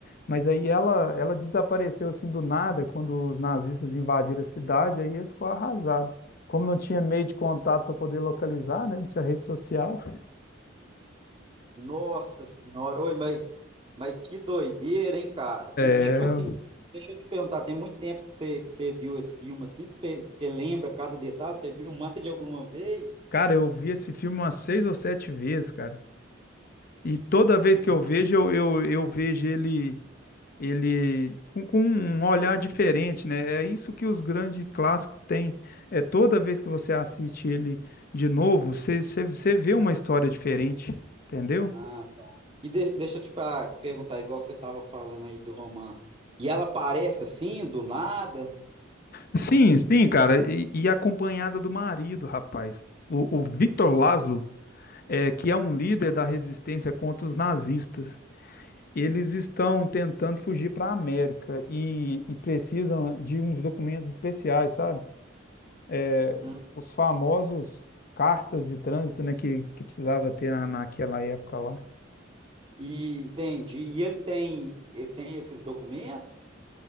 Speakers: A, on the left (about 45°); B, on the right (about 30°).
A: mas aí ela, ela desapareceu assim do nada quando os nazistas invadiram a cidade, aí ele ficou arrasado. Como não tinha meio de contato para poder localizar, né? Não tinha rede social.
B: nossa senhora, oi, mas, mas que doideira, hein, cara?
A: É,
B: E tipo assim, deixa eu te perguntar, tem muito tempo que você, que você viu esse filme assim, que você, você lembra cada detalhe, você viu <laughs> mais de alguma vez?
A: cara, eu vi esse filme umas seis ou sete vezes, cara. E toda vez
B: Hum,
A: que eu vejo, eu, eu, eu vejo ele ele com, com um olhar diferente, né? É isso que os grandes clássicos têm. É toda vez que você assiste ele de novo, você você- você vê uma história diferente, entendeu?
B: Ah, tá. E de- deixa eu te pa- perguntar, igual você estava falando aí do romance. E ela aparece assim, do nada?
A: Sim, sim, cara. E, e acompanhada do marido, rapaz. O, o Victor Laszlo, é, que é um líder da resistência contra os nazistas. Eles estão tentando fugir para a América e, e precisam de uns documentos especiais, sabe? é,
B: Hum.
A: os famosos cartas de trânsito, né, que, que precisava ter na, naquela época lá.
B: E entendi. E ele tem, ele tem esses documentos?